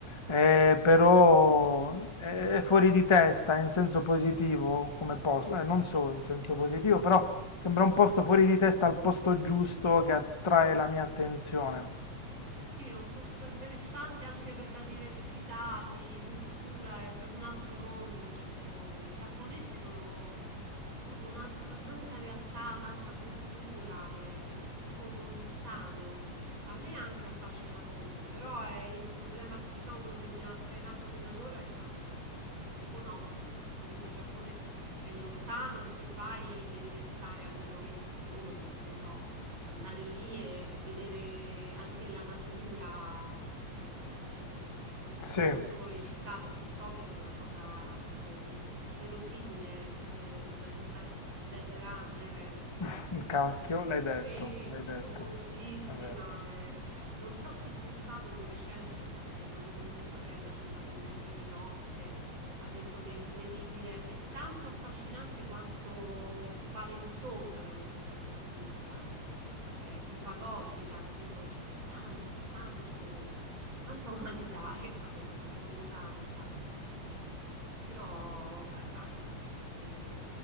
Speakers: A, on the left; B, on the right.
A: eh, però è è fuori di testa in senso positivo come posto, eh, non solo in senso positivo, però... Sembra un posto fuori di testa al posto giusto che attrae la mia attenzione.
B: Sì, è un posto interessante anche per la diversità di cultura, è proprio un altro mondo il Giappone. I giapponesi sono proprio un altro- un'altra realtà, un'altra cultura, è, è proprio lontano. A me anche affascina molto, però è il problema, diciamo quello che mi ha frenato fino ad ora è stato sempre il fattore economico, perché comunque il Giappone è lontano e se vai devi restare almeno 20 giorni, che ne so andare lì e, e vedere anche la natura, eh, i posti più interessanti,
A: Sì,
B: non solo le città, perché Tokyo è una cosa tipo in- inverosimile come una città di Blade Runner. È, è-
A: <laughs> cacchio, l'hai
B: sì,
A: detto, l'hai
B: è
A: detto,
B: popolosissima.
A: è vero.
B: è- Non so chi c'è stato di recente, forse un amico di mia sorella ci è andato in viaggio di nozze ha detto che è incredibile, è tanto affascinante quanto spaventosa da questo punto di vista. Eh, ti fagocita, capito? C'è tanto, tanto, tanta umanità, ecco, <laughs> proprio tanta. Però vabbè, dai, eh,